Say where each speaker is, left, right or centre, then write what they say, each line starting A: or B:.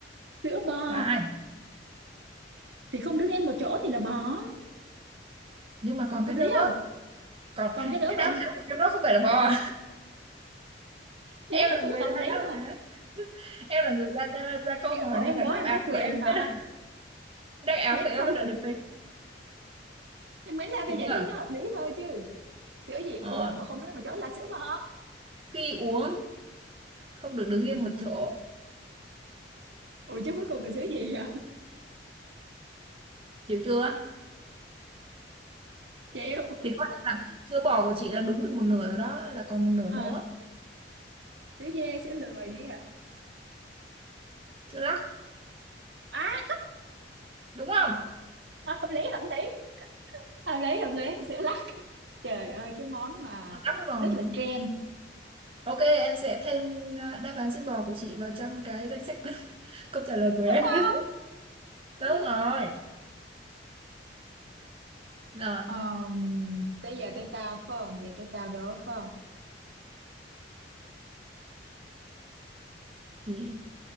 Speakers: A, on the right; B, on the right.
A: sữa bò
B: phải
A: thì không đứng yên một chỗ thì là bò
B: nhưng mà còn cái
A: hợp lý
B: nữa
A: không
B: còn
A: còn cái nữa
B: cái
A: vậy
B: đáp án của em nó không phải là bò
A: nhưng
B: em
A: mà
B: là
A: cũng
B: người
A: hợp
B: ra
A: lý
B: đáp
A: mà
B: án <laughs> em là người ra ra, ra câu hỏi
A: ủa em
B: nên là
A: đố
B: đáp
A: em
B: án
A: có quyền
B: của em
A: hả
B: mới là- đáp án
A: miễn
B: của em
A: sao
B: mới
A: vậy
B: là được tính
A: nhưng miễn sao
B: chịu
A: tao giải
B: chưa
A: thích nó hợp lý thôi chứ sữa gì
B: ờ.
A: uống mà không nói mà chó là sữa bò
B: khi uống
A: đúng
B: không được đứng yên
A: ừ.
B: một chỗ
A: ủa chứ cuối cùng là sữa gì vậy
B: chịu chưa
A: <laughs> chịu
B: thì coi như là sữa bò của chị là đúng được một nửa rồi đó là còn một nửa
A: à,
B: nữa
A: sữa dê sữa lừa gì hả
B: sữa lắc
A: à
B: đúng không
A: hợp lý hợp lý hợp lý hợp lý sữa lắc trời ơi cái món mà
B: Ờ, lắc với bò
A: rất
B: mà
A: là trend
B: ok em sẽ thêm ờ, đáp án sữa bò của chị vào trong cái danh sách <laughs> câu trả lời của
A: đúng
B: em
A: không
B: <laughs> đúng
A: ừ.
B: rồi rồi
A: Ờ, tới giờ tới tao phải không giờ tới tao đố phải không
B: chị